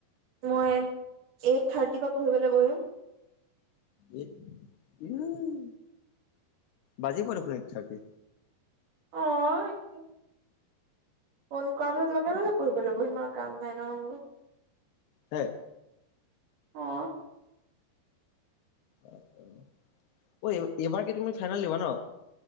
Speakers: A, on the right (about 55°); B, on the left (about 75°).
A: মই এইট থাৰ্টিৰ পৰা পঢ়িবলৈ বহিম।
B: এ! এয়াই। বাজিবয়ে দেখোন এইট থাৰ্টি।
A: অঁ'। ফোন কৰ পিছত লগে লগে ফুৰিব ল বহি মই কাম নাই নহয়বোৰ।
B: হে।
A: অ
B: ঔ! এইবাৰ কি তুমি ফাইনেল দিবা ন?